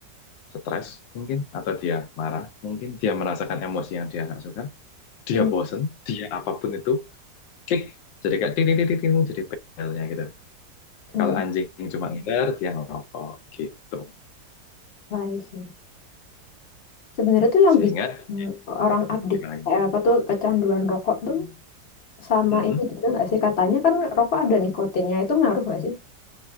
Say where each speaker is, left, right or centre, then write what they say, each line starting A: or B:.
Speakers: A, on the left; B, on the left.
A: stres mungkin, atau dia marah mungkin, dia merasakan emosi yang dia nggak suka, dia
B: Hmm,
A: bosen, dia apapun itu, kick, jadi kayak ting ting ting ting, ting, jadi pelnya gitu.
B: hmm,
A: Kalau anjing cuma ngiler, dia ngerokok gitu.
B: I see. Sebenarnya tuh
A: Sehingga
B: yang bikin orang adik
A: gimana? lagi?
B: eh, apa tuh kecanduan rokok tuh sama
A: Mm-mm.
B: ini juga nggak sih? Katanya kan rokok ada nikotinnya itu ngaruh nggak sih?